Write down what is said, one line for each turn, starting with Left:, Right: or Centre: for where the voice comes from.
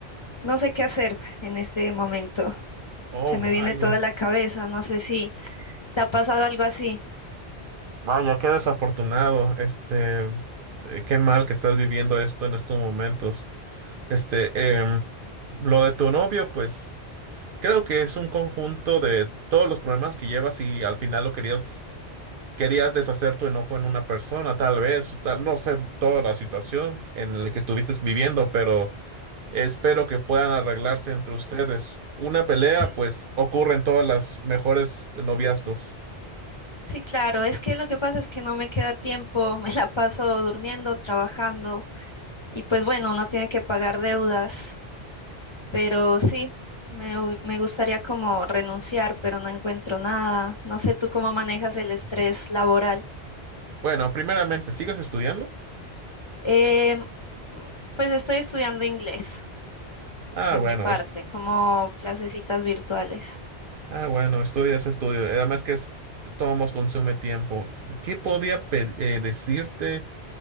Left: No sé qué hacer en este momento.
Right: Oh,
Left: Se me
Right: vaya,
Left: viene toda la cabeza, no sé si te ha pasado algo así.
Right: vaya, qué desafortunado, este, eh, qué mal que estás viviendo esto en estos momentos. Este, em, lo de tu novio, pues, creo que es un conjunto de todos los problemas que llevas y al final lo querías, querías deshacer tu enojo en una persona, tal vez, tal- no sé toda la situación en la que estuviste viviendo, pero... Espero que puedan arreglarse entre ustedes. Una pelea,
Left: Sí,
Right: pues, ocurre en todas las mejores noviazgos.
Left: sí, claro, es que lo que pasa es que no me queda tiempo, <laughs> me la paso durmiendo, trabajando. Y pues bueno, uno tiene que pagar deudas, pero sí, me, hu- me gustaría como renunciar, pero no encuentro nada. No sé tú cómo manejas el estrés laboral.
Right: Bueno, primeramente, ¿sigues estudiando?
Left: Em, mm, pues estoy estudiando inglés
Right: Ah,
Left: por
Right: bueno,
Left: mi parte,
Right: es-
Left: como clasecitas virtuales.
Right: ah, bueno, estudias, estudio. Además que es, todo consume tiempo. ¿Qué podría pe- eh, decirte?